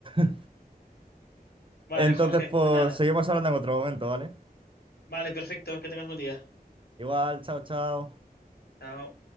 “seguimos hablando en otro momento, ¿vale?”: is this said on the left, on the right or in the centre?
Right